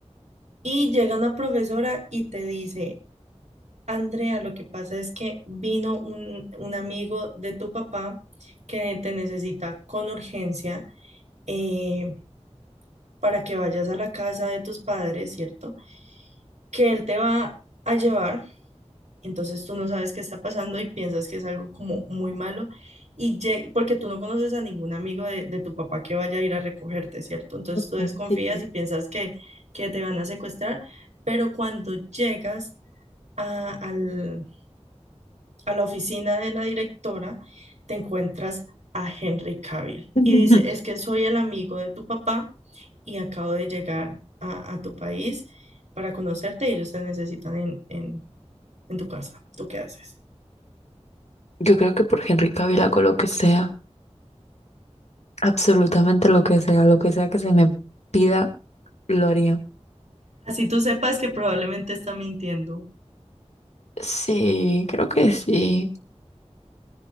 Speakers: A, on the right; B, on the left.
A: Y llega una profesora y te dice, Andrea, lo que pasa es que vino un, un amigo de tu papá que te necesita con urgencia eh, para que vayas a la casa de tus padres, ¿cierto? Que él te va a llevar, entonces tú no sabes qué está pasando y piensas que es algo como muy malo, y lle- porque tú no conoces a ningún amigo de, de tu papá que vaya a ir a recogerte, ¿cierto? Entonces
B: okay.
A: tú desconfías y piensas que, que te van a secuestrar, pero cuando llegas a, al- a la oficina de la directora, te encuentras a Henry Cavill
B: <laughs>
A: y dice, es que soy el amigo de tu papá y acabo de llegar a, a tu país para conocerte y ellos te necesitan en, en, en tu casa. ¿Tú qué haces?
B: Yo creo que por Henry Cavill hago lo que sea, absolutamente lo que sea, lo que sea que se me pida, lo haría.
A: Así tú sepas que probablemente está mintiendo.
B: Sí, creo que sí.